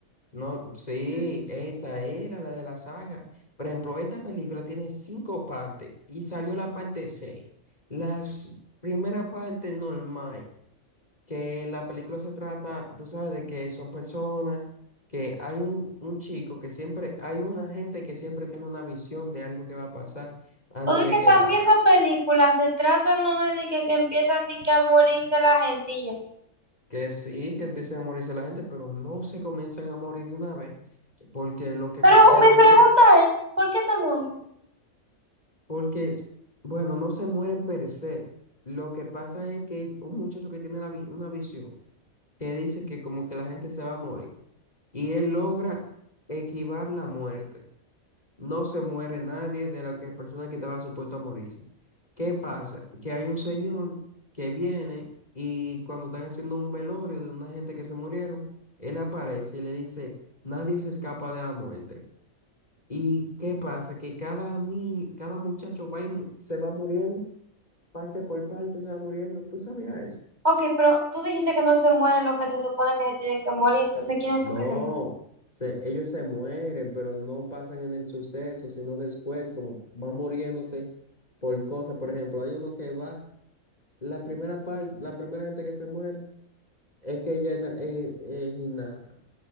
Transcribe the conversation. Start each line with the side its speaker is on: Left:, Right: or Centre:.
Left: No, sí,
Right: Mm.
Left: esta era la de la saga. Por ejemplo, esta película tiene cinco partes y salió la parte seis. Las primera parte normal, que la película se trata, tú sabes, de que son personas, que hay un, un chico que siempre, hay una gente que siempre tiene una visión de algo que va a pasar antes
Right: Porque es
Left: de
Right: que
Left: que
Right: también
Left: pase.
Right: esa película se trata, no es de que, que empiezan de que a morirse la gente y ya.
Left: Que sí, que empiecen a morirse la gente, pero no se comienzan a morir de una vez, porque lo que
Right: Pero
Left: pasa
Right: mi
Left: es
Right: pregunta
Left: que
Right: es, ¿por qué se mueren?
Left: Porque, bueno, no se mueren per se. Lo que pasa es que un muchacho que tiene la vi- una visión que dice que como que la gente se va a morir y él logra esquivar la muerte. No se muere nadie de las que personas que estaba supuesto a morirse. ¿Qué pasa? Que hay un señor que viene y cuando están haciendo un velorio de una gente que se murieron, él aparece y le dice, nadie se escapa de la muerte. ¿Y qué pasa? Que cada ni cada muchacho va y mu- se va muriendo, parte por parte se va muriendo. ¿Tú sabías eso?
Right: Ok, pero tú dijiste que no se mueren los que se supone que se tienen que morir, entonces ¿quiénes
Left: No,
Right: son que se mueren?
Left: se, ellos se mueren, pero no pasan en el suceso, sino después, como van muriéndose por cosas. Por ejemplo, hay uno que va, la primera par- la primera gente que se muere es que ella es na- eh, eh, gimnasta.